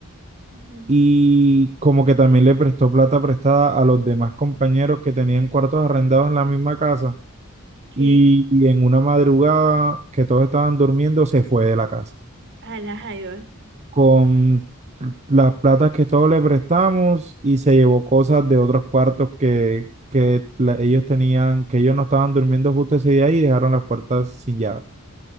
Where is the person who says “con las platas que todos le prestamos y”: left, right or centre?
Right